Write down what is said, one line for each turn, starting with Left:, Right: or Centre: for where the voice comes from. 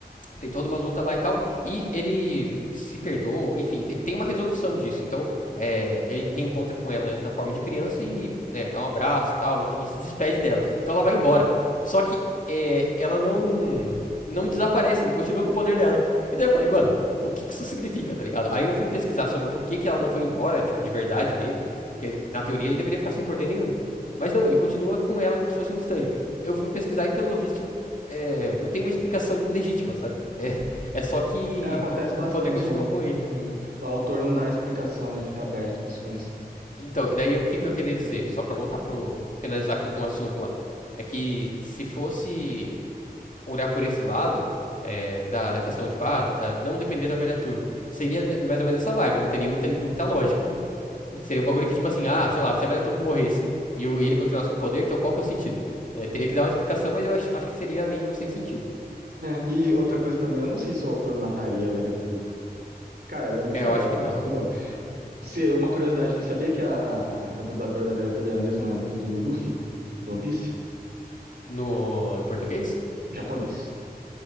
Left: tem toda uma luta lá e tal. E ele se perdoa, enfim, tem uma resolução disso. Então, é, ele reencontra com ela na forma de criança e né, dá um abraço e tal, enfim, se despede dela. Então ela vai embora. Só que é, ela não não desaparece, ele continua com o poder dela. E daí eu falei, mano, o que que isso significa, tá ligado? Aí eu fui pesquisar sobre por que que ela não foi embora, tipo, de verdade dele. Porque na teoria ele deveria ficar sem poder nenhum. Mas não, ele continua com ela como se fosse um stand. Eu fui pesquisar e pelo visto é, não tem uma explicação legítima, sabe? É, é só que
Right: É, acontece bastante,
Left: o poder continuou
Right: né?
Left: com ele.
Right: É, O autor não dá a explicação, né? Fica aberto pros fãs.
Left: Então, e daí o que, que eu queria dizer, só pra voltar pro. finalizar aqui com o assunto lá. É que se fosse olhar por esse lado, é, da, da questão, tipo, ah, ah, não depender da velha turbo. Seria mais ou menos essa vibe, não teria muita, muita lógica, né? Seria um bagulho que, tipo assim, ah, sei lá, se a velha turbo morresse e ele continuasse com o poder, então qual que é o sentido? É, teria que dar uma explicação, mas eu acho, acho que seria meio sem sentido.
Right: É, e outra coisa também, eu não sei se o autor mataria a velha turba. Cara, ela é muito
Left: É,
Right: legal,
Left: eu acho que
Right: eu
Left: não.
Right: gosto muito dela. Se, uma curiosidade aqui, sabia que a, a dubladora da velha turba é a mesma que do Luffy, do One Piece?
Left: No português?
Right: Japonês.